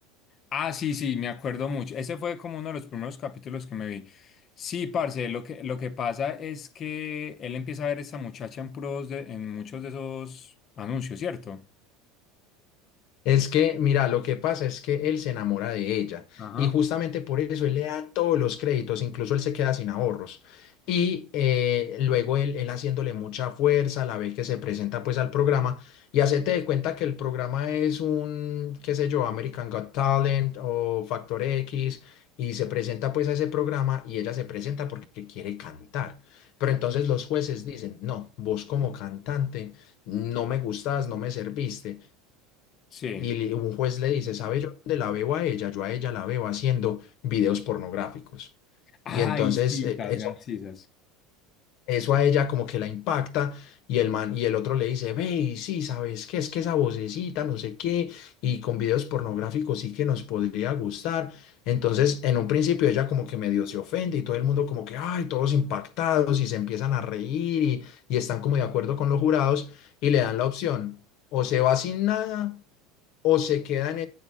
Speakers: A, on the left; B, on the left.
A: Ah, sí, sí, me acuerdo mucho. Ese fue como uno de los primeros capítulos que me vi. Sí, parce, lo que, lo que pasa es que él empieza a ver a esta muchacha en pros de, en muchos de esos anuncios, ¿cierto?
B: Es que, mira, lo que pasa es que él se enamora de ella
A: Ajá.
B: y justamente por eso él le da todos los créditos, incluso él se queda sin ahorros. Y eh, luego él, él haciéndole mucha fuerza, la vez que se presenta pues al programa y hacete de cuenta que el programa es un, qué sé yo, American Got Talent o Factor X y se presenta pues a ese programa y ella se presenta porque quiere cantar. Pero entonces los jueces dicen, no, vos como cantante no me gustas, no me serviste.
A: Sí.
B: Y un juez le dice, ¿sabe yo dónde la veo a ella? Yo a ella la veo haciendo videos pornográficos.
A: Ay,
B: Y entonces
A: sisas,
B: eh, eso,
A: las sisas.
B: eso a ella como que la impacta y el man, y el otro le dice, ve, y sí, ¿sabes qué? Es que esa vocecita, no sé qué, y con videos pornográficos sí que nos podría gustar. Entonces, en un principio ella como que medio se ofende y todo el mundo como que, ay, todos impactados y se empiezan a reír y, y están como de acuerdo con los jurados y le dan la opción, o se va sin nada o se queda en